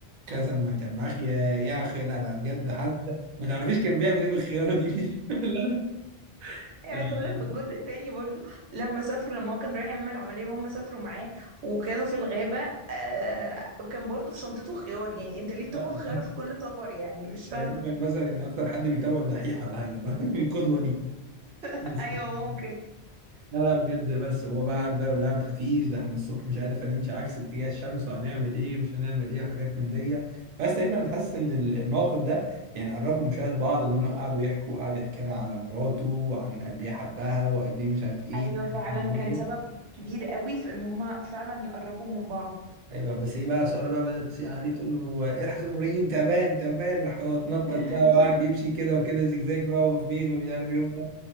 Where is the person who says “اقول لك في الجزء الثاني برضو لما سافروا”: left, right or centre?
Right